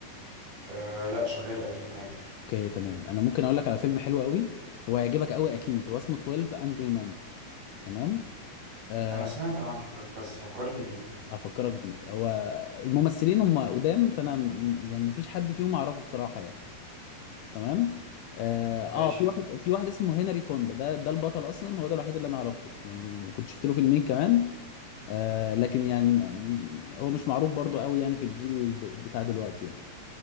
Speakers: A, on the right; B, on the left.
A: أه لا شغال قديم عادي
B: اوكي تمام انا ممكن اقول لك على فيلم حلو قوي هو هيعجبك قوي اكيد هو اسمه 12 انجري مان تمام أه
A: انا سمعت عنه ده بس فكرني بيه
B: هفكرك بيه هو الممثلين هم قدام فانا م- يعني مفيش حد فيهم اعرفه بصراحه يعني تمام اه آه،
A: ماشي
B: في واحد في واحد اسمه هنري فوندا ده ده البطل اصلا هو ده الوحيد اللي انا اعرفه يعني كنت شفت له فيلمين كمان آه لكن يعني ما- م- هو مش معروف برضو قوي يعني في الجيل د- بتاع دلوقتي يعني